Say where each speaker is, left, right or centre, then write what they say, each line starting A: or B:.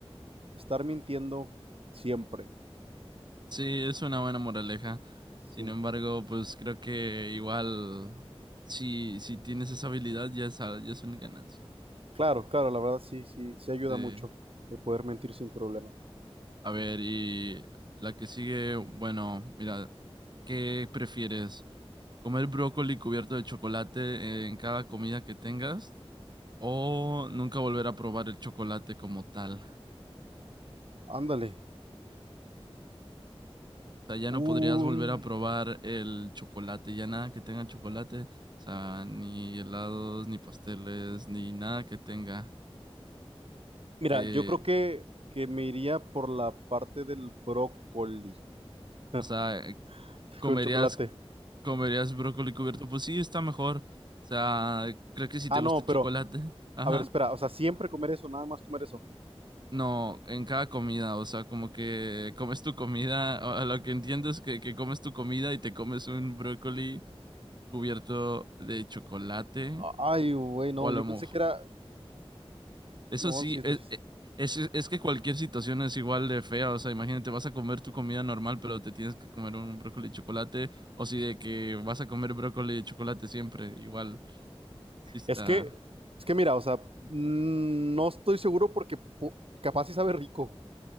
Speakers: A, on the right; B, on the right.
A: estar mintiendo siempre.
B: Sí, es una buena moraleja.
A: Sí.
B: Sin embargo, pues creo que igual si, si tienes esa habilidad ya es, al- ya es una ganancia.
A: Claro, claro, la verdad sí, sí, sí ayuda
B: Sí.
A: mucho el poder mentir sin problema.
B: A ver, y la que sigue, bueno, mira, ¿qué prefieres? ¿Comer brócoli cubierto de chocolate en cada comida que tengas? ¿O nunca volver a probar el chocolate como tal? O
A: Ándale.
B: sea, ya
A: Un-
B: no podrías volver a probar el chocolate, ya nada que tenga chocolate, o sea, ni helados, ni pasteles, ni nada que tenga.
A: Mira,
B: Eh,
A: yo creo que, que me iría por la parte del brócoli <laughs>
B: o sea, ¿Comerías,
A: con chocolate.
B: comerías brócoli cubierto? Pues sí, está mejor. O sea, creo que si
A: Ah,
B: te gusta
A: no,
B: el
A: pero,
B: chocolate. Ajá.
A: a ver, espera, o sea, siempre comer eso, nada más comer eso.
B: No, en cada comida, o sea, como que comes tu comida, a a lo que entiendo es que, que comes tu comida y te comes un brócoli cubierto de chocolate
A: Ay, güey, no,
B: o a lo
A: yo pensé
B: mejor.
A: que era...
B: Eso
A: No,
B: sí,
A: sí, esto
B: es,
A: sí es...
B: es, es es que cualquier situación es igual de fea, o sea, imagínate, vas a comer tu comida normal, pero te tienes que comer un brócoli de chocolate, o si de que vas a comer brócoli de chocolate siempre, igual. Sí está.
A: Es que, es que mira, o sea, mm, no estoy seguro porque po- capaz sí sabe rico.